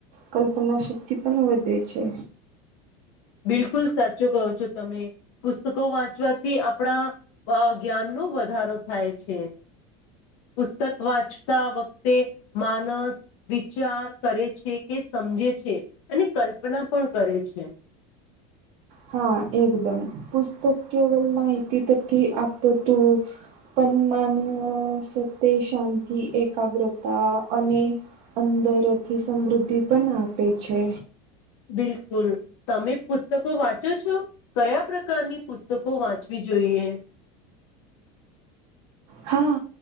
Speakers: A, on the right; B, on the left.
A: કલ્પના શક્તિ પણ વધે છે.
B: બિલકુલ સાચું કહો છો તમે પુસ્તકો વાંચવાથી આપણા જ્ઞાનનું વધારો થાય છે. પુસ્તક વાંચતા વખતે માણસ વિચાર કરે છે કે સમજે છે અને કલ્પના પણ કરે છે.
A: હા એકદમ પુસ્તક કેવલ માહિતી તથી આપ તું. માન સત્ય શાંતિ એકાગ્રતા અને, અંદરથી સમૃદ્ધિ પણ આપે છે.
B: બિલકુલ તમે પુસ્તકો વાંચો છો? કયા પ્રકારની પુસ્તકો વાંચવી જોઈએ?
A: હા.